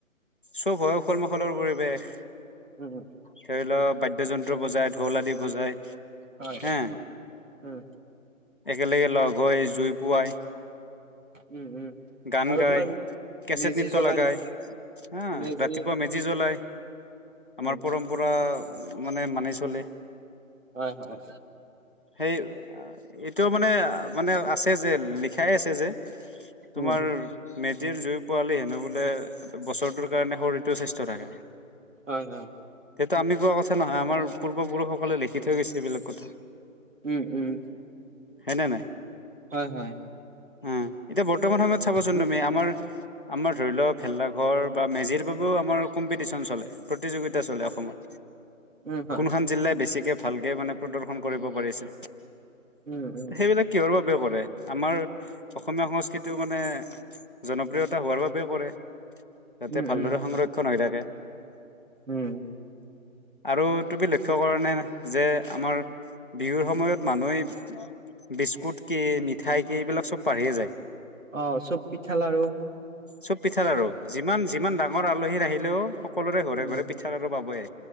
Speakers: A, on the left (about 40°); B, on the right (about 65°).
A: চব হয় উখল মাখলৰ পৰিৱেশ।
B: উম
A: ধৰি লোৱা বাদ্য জন্ত্ৰ বজাই, ঢোল আদি বজায়।
B: হয়
A: হেঁ
B: উম
A: একেলগে লগ হৈ জুই ফোৱাই।
B: উম উম।
A: গান
B: আৰু
A: গাই
B: তোমাৰ
A: কেচেট
B: মেজি
A: নৃত্য
B: জ্বলাই
A: লগাই হা
B: মেজি
A: ৰাতিপুৱা মেজ মেজি জ্বলাই,
B: উম
A: আমাৰ পৰম্পৰা মানে মানি চলে।
B: হয় হয়
A: সেই, এইটো মানে মানে আছে যে লিখাই আছে যে তোমাৰ
B: উম
A: মেজিৰ জুই ফোৱালে হেনো বোলে বছৰটোৰ কাৰণে শৰীৰটো স্বাস্থ্য থাকে।
B: হয় হয়
A: তেতিয়া আমি কোৱা কথা নহয় আমাৰ পূৰ্বপুৰুষসকলে লিখি থৈ গৈছে এইবিলাক কথা।
B: উম উম
A: হয়নে নাই।
B: হয় হয়
A: উম, এতিয়া বৰ্তমান সময়ত চাবচোন
B: উম
A: তুমি আমাৰ আমাৰ ধৰি লওঁক ভেলাঘৰ বা মেজিৰ বাবেও আমাৰ কম্পিটিচ্যন চলে, প্ৰতিযোগিতা চলে অসমত,
B: উম উম, হয়
A: কোনখন জিলাই বেছিকে ভালকে মানে প্ৰদৰ্শন কৰিব পাৰিছে,
B: উম উম
A: সেইবিলাক কিহৰ বাবেও কৰে, আমাৰ অসমীয়া সংস্কৃতিও মানে জনপ্ৰিয়তা হোৱাৰ বাবে কৰে। যাতে
B: উম
A: ভালদৰে
B: উম
A: সংৰক্ষণ
B: হয়।
A: হৈ থাকে।
B: উম।
A: আৰু তুমি লক্ষ্য কৰা নে যে আমাৰ বিহুৰ সময়ত মানুহেই বিস্কুট কি মিঠাই কি এইবিলাক চব পাৰিয়ে যায়।
B: অ চব পিঠা লাৰু
A: চব পিঠা আৰু, যিমান যিমান ডাঙৰ আৰু। আলহী আহিলেও সকলোৰে
B: উম
A: ঘৰে ঘৰে পিঠাৰ আৰু পাবই।